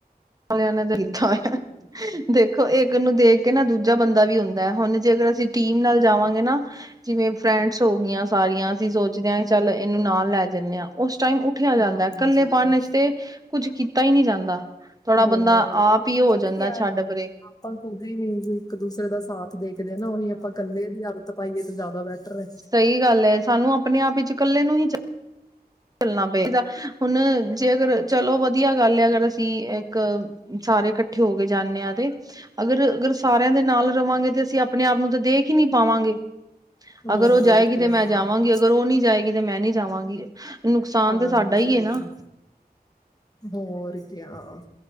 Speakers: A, on the right; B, on the left.
A: <inaudible>
B: ਹੋਰ
A: ਲਿੱਦਾਂ ਹੋਇਆ
B: ਕੀ ਹਾਲ ਹੈ?
A: ਦੇਖੋ ਇੱਕ ਨੂੰ ਦੇਖ ਕੇ ਨਾ ਦੂਜਾ ਬੰਦਾ ਵੀ ਹੁੰਦਾ, ਹੁਣ ਜਦੋਂ ਅਸੀਂ ਟੀਮ ਨਾਲ ਜਾਵਾਂਗੇ ਨਾ ਜਿਵੇਂ ਫਰੈਂਡਸ ਹੋਗੀਆਂ ਸਾਰੀਆਂ, ਅਸੀਂ ਸੋਚਦੇ ਆ, ਚੱਲ ਏਨੂੰ ਨਾਲ ਲੈ ਜਾਂਨੇ ਆ ਓਸ ਟਾਈਮ ਉੱਠਿਆ ਜਾਂਦਾ,
B: ਹਾਂਜੀ
A: ਕੱਲੇਪਨ 'ਚ ਤੇ ਕੁੱਝ ਕੀਤਾ ਈ ਨੀ ਜਾਂਦਾ। ਥੋੜਾ ਬੰਦਾ
B: ਹੋਰ ਓ
A: ਆਪ ਹੀ
B: ਵੀ
A: ਹੋ
B: ਪਤਾ
A: ਜਾਂਦਾ
B: ਕਿਆ
A: ਛੱਡ
B: ਏ।
A: ਪਰੇ
B: ਆਪਾਂ ਖੁੱਦ ਈ ਮੀਂਜ ਇਕ ਦੂਸਰੇ ਦਾ ਸਾਥ ਦੇਖਦੇ ਆ ਨਾ, ਓਹੀ ਆਪਾਂ ਕੱਲੇ ਦੀ ਆ ਤ ਪਾਈਏ ਤੇ ਜਾਦਾ ਬੈਟਰ ਐ।
A: ਸਈ ਗੱਲ ਐ, ਸਾਨੂੰ ਆਪਣੇ-ਆਪ ਵਿਚ ਕੱਲੇ ਨੂੰ ਈ ਜਾ ਚੱਲਣਾ ਪਏਗਾ, ਹੁਣ ਜੇ ਅਗਰ ਚਲੋ ਵਧੀਆ ਗੱਲ ਐ ਅਗਰ ਅਸੀਂ, ਇੱਕ ਸਾਰੇ ਕੱਠੇ ਹੋ ਕੇ ਜਾਂਨੇ ਆ ਤੇ। ਅਗਰ-ਅਗਰ ਸਾਰੇਆਂ ਦੇ ਨਾਲ ਰਵਾਂਗੇ ਤੇ ਅਸੀਂ ਆਪਣੇ ਆਪ ਨੂੰ ਤਾਂ ਦੇਖ ਈ ਨੀ ਪਾਵਾਂਗੇ।
B: ਹੋਰ
A: ਅਗਰ ਓ ਜਾਏਗੀ
B: ਕਿਆ
A: ਤੇ ਮੈਂ
B: ਹਾਂਜੀ
A: ਜਾਵਾਂਗੀ, ਅਗਰ ਓ ਨੀ ਜਾਏਗੀ ਤੇ ਮੈਂ ਨੀ ਜਾਵਾਂਗੀ। ਨੁਕਸਾਨ
B: ਹੋਰ ਕਿਆ ਹਾਂਜੀ
A: ਤਾਂ ਸਾਡਾ ਈ ਏ ਨਾ।
B: ਹੋਰ ਕਿਆ।